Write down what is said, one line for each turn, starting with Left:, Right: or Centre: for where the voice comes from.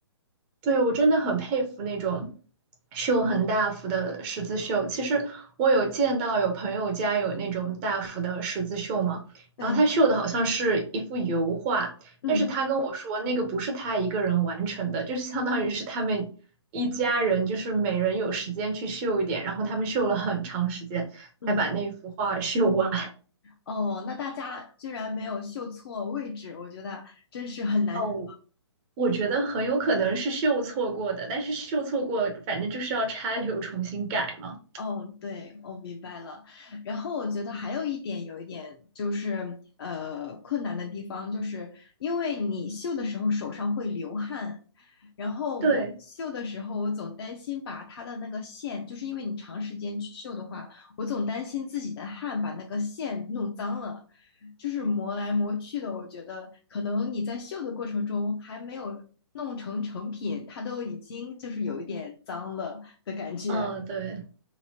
Right: 对，我真的很佩服那种绣很大幅的十字绣。其实我有见到有朋友家有那种大幅的十字绣嘛，
Left: 对，
Right: 然后他绣的好像是一幅油画，
Left: 嗯
Right: 但是他跟我说那个不是他一个人完成的，就是相当于是他们一家人，就是每人有时间去绣一点，然后他们绣了很长时间才把那幅画绣完。
Left: 嗯。哦，那大家居然没有绣错位置，我觉得真是很难得。
Right: 哦，我觉得很有可能是绣错过的，但是绣错过，反正就是要拆流重新改嘛。
Left: 哦，对，我、明白了。然后我觉得还有一点，有一点就是呃困难的地方，就是因为你绣的时候手上会流汗，然后我绣的时候，
Right: 对，
Left: 我总担心把它的那个线，就是因为你长时间去绣的话，我总担心自己的汗把那个线弄脏了，就是磨来磨去的。我觉得可能你在绣的过程中还没有弄成成品，它都已经就是有一点脏了的感觉。
Right: 嗯，对，